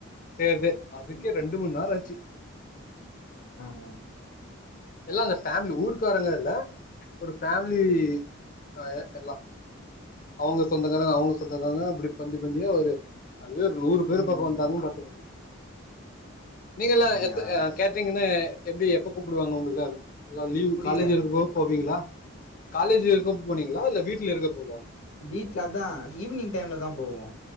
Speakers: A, on the left; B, on the left.
A: செய்யறதே அதுக்கே
B: ம்
A: ரெண்டு மணிநேரம் ஆச்சு
B: ஆ ஆ
A: எல்லாம் அந்த ஃபேமிலி
B: அது
A: ஊருக்காரங்க இல்ல ஒரு ஃபேமிலி அ எ எல்லாம் அவங்க சொந்தக்காரங்க அவங்க சொந்தக்கங்க அப்டி பந்தி பந்தியா ஒரு அதுவே ஒரு நூறு பேர்
B: ம்
A: பாக்க
B: ம்
A: வந்தாங்க
B: ம்
A: பாத்துக்கோங்க. நீங்கலா
B: அப்டியா
A: எத்த கேட்டிரிங்குனு எப்டி எப்ப கூப்டுவாங்க உங்களுக்காக எல்லா லீவ்
B: புரில
A: காலேஜிருக்கும் போது போவீகளா? காலேஜிருக்கோனு போனீங்களா இல்ல வீட்ல இருக்கப்போவா
B: வீட்லதான் ஈவ்னிங் டைம்ல தா போவோம்.